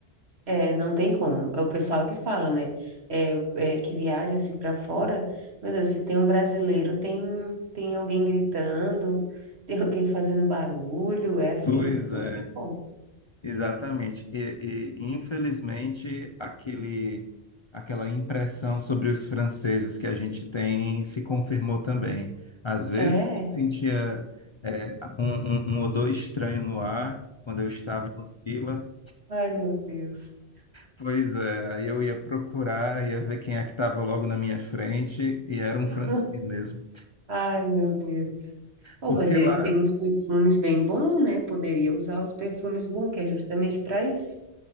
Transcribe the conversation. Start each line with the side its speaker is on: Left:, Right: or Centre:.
Right: É, não tem como. É o pessoal que fala, né? É, é que viaja assim para fora. Meu Deus, se tem um brasileiro, tem tem alguém gritando, <laughs> tem alguém fazendo barulho. É assim,
Left: Pois
Right: não
Left: é.
Right: tem como.
Left: Exatamente. E, e, infelizmente, aquele, aquela impressão sobre os franceses que a gente tem se confirmou também. Às vezes
Right: É.
Left: eu sentia é, um, um, um odor estranho no ar quando eu estava em uma fila.
Right: Ai, meu Deus.
Left: Pois é, aí eu ia procurar, ia ver quem é que estava logo na minha frente e era
Right: <laughs>
Left: um francês mesmo.
Right: Ai, meu Deus. Oh,
Left: Porque
Right: mas eles
Left: lá,
Right: têm uns perfumes bem bons, né? Poderia usar os perfumes bons, que é justamente para isso.